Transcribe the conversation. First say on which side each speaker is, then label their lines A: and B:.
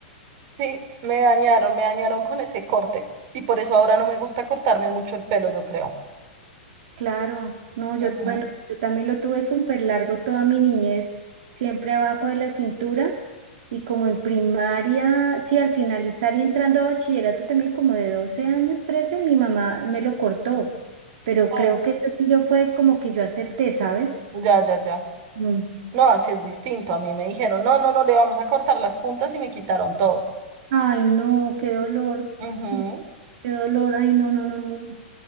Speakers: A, on the right; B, on the right.
A: Sí, me dañaron, me dañaron con ese corte. Y por eso ahora no me gusta cortarme mucho el pelo, yo creo.
B: Claro, no, yo,
A: Ujú.
B: bueno, yo también lo tuve súper largo toda mi niñez, siempre abajo de la cintura y como en primaria, sí, al finalizar y entrando a bachillerato también como de 12 años, 13 mi mamá me lo cortó, pero
A: Ay,
B: creo que esto sí yo fue como que yo acepté, ¿sabes?
A: ya, ya, ya.
B: Mm.
A: No, así es distinto. A mí me dijeron, no, no, no, le vamos a cortar las puntas y me quitaron todo.
B: Ay, no, qué dolor,
A: Ujú,
B: mm, qué dolor, ay, no, no, no, no.